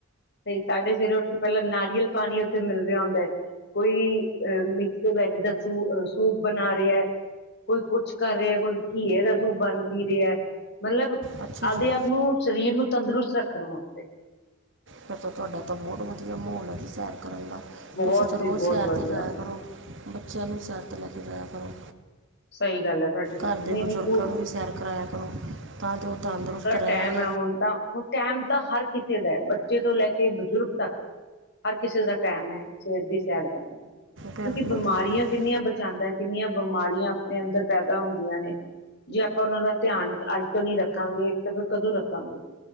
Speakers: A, on the left (about 50°); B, on the right (about 60°).
A: ਸਹੀ ਸਾਡੇ ਸਵੇਰੇ ਉੱਠ ਕੇ ਪਹਿਲਾਂ ਨਾਰੀਅਲ ਪਾਣੀ ਇਥੇ ਮਿਲ ਰਿਹਾ ਹੁੰਦਾ। ਕੋਈ ਅ ਮਿਕਸ ਵੈਜ ਦਾ ਸੂ ਸੂਪ ਬਣਾ ਰਿਆ। ਕੋਈ ਕੁਛ ਕਰ ਰਿਆ ਕੋਈ ਘੀਏ ਦਾ ਸੂਪ ਬੰਦ ਪੀ ਰਿਆ ਮਲਬ
B: ਅੱਛਾ ਜੀ
A: ਆਪਦੇ ਆਪ ਨੂੰ, ਸਰੀਰ ਨੂੰ ਤੰਦਰੁਸਤ ਰੱਖਣ ਵਾਸਤੇ
B: ਫਿਰ ਤਾਂ ਤੁਹਾਡਾ ਤਾਂ ਬਹੁਤ ਵਧੀਆ ਮਾਹੌਲ ਹੈ ਜੀ, ਸੈਰ ਕਰਨ ਦਾ
A: ਬਹੁਤ
B: ਤੁਸੀਂ ਤਾਂ
A: ਜੀ
B: ਰੋਜ਼
A: ਬਹੁਤ
B: ਸੈਰ
A: ਵਧੀਆ
B: ਤੇ ਜਾਇਆ ਕਰੋ। ਬੱਚਿਆਂ ਨੂੰ ਸੈਰ ਤੇ ਲੈ ਕੇ ਜਾਇਆ ਕਰੋ।
A: ਸਹੀ ਗੱਲ ਹੈ ਤੁਹਾਡੀ ਨਹੀਂ
B: ਘਰ ਦੇ ਬਜ਼ੁਰਗਾਂ
A: ਨਹੀਂ ਪੂ
B: ਨੂੰ ਵੀ ਸੈਰ ਕਰਵਾਇਆ ਕਰੋ, ਤਾਂ ਜੋ ਤੰਦਰੁਸਤ ਰਹਿਣ
A: ਟੈਮ ਹੈ ਹੁਣ ਤਾਂ ਹੁਣ ਟਾਈਮ ਤਾਂ ਹਰ ਕਿਸੇ ਦਾ, ਬੱਚੇ ਤੋਂ ਲੈ ਕੇ ਬਜ਼ੁਰਗ ਤੱਕ ਹਰ ਕਿਸੇ ਦਾ ਟਾਈਮ ਏ ਸਵੇਰ ਦੀ ਸੈਰ ਕਰਨ ਦਾ ਕਿਉਂਕਿ
B: ਬਿਲਕੁਲ
A: ਬਿਮਾਰੀਆਂ
B: ਜੀ ਬਿਲਕੁਲ
A: ਕਿੰਨੀਆਂ ਬਚਾਂਦਾ ਐ ਕਿੰਨੀਆਂ ਬਿਮਾਰੀਆਂ ਸਾਡੇ ਅੰਦਰ ਪੈਦਾ ਹੁੰਦੀਆਂ ਨੇ ਜੇ ਆਪਾਂ ਉਹਨਾਂ ਦਾ ਧਿਆਨ ਅੱਜ ਤੋਂ ਨਹੀਂ ਰੱਖਾਂਗੇ ਤਾਂ ਫਿਰ ਕਦੋਂ ਰੱਖਾਂਗੇ